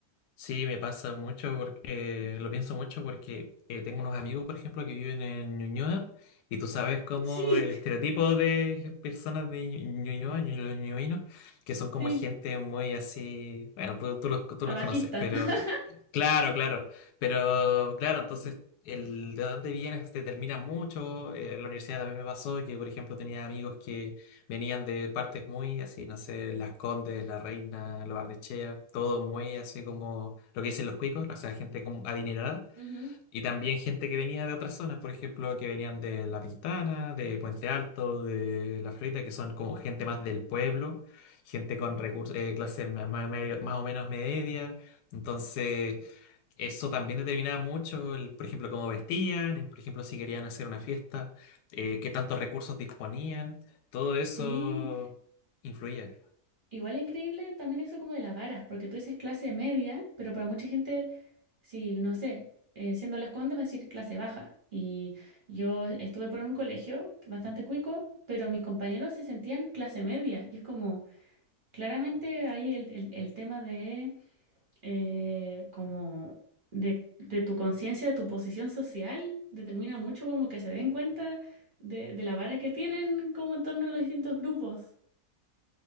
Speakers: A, on the left; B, on the right.
A: Sí, me pasa mucho porque eh, lo pienso mucho porque eh, tengo unos amigos, por ejemplo, que viven en Ñuñoa y tú sabes cómo
B: <laughs>
A: el
B: Sí.
A: estereotipo de personas de Ñu- Ñuñoa, Ñu- los ñuñoinos, que son como
B: Sí,
A: gente muy así, bueno, tú, tú los, tú
B: abajista.
A: los conoces, pero
B: <laughs>
A: Claro, claro. Pero claro, entonces el de dónde vienes determina mucho. Eh, en la universidad también me pasó que, por ejemplo, tenía amigos que venían de partes muy así, no sé, Las Condes, La Reina, Lo Barnechea, todo muy así como lo que dicen los cuicos, o sea, gente como adinerada.
B: Ujú.
A: Y también gente que venía de otras zonas, por ejemplo, que venían de La Pintana, de Puente Alto, de La Florida, que son como gente más del pueblo, gente con recursos, clases más, más medio- más o menos media. Entonces. Eso también determinaba mucho, el- por ejemplo, cómo vestían, el- por ejemplo, si querían hacer una fiesta, eh, qué tantos recursos disponían, todo eso
B: Sí,
A: influía.
B: igual es increíble también eso como de la vara, porque tú dices clase media, pero para mucha gente si, no sé, eh, siendo Las Condes, va a decir clase baja. Y yo estuve por un colegio bastante cuico, pero mis compañeros se sentían clase media. Y es como, claramente ahí el, el- el tema de, eh, como, de, de tu conciencia, de tu posición social, determina mucho como que se den cuenta de, de la vara que tienen como en torno a los distintos grupos.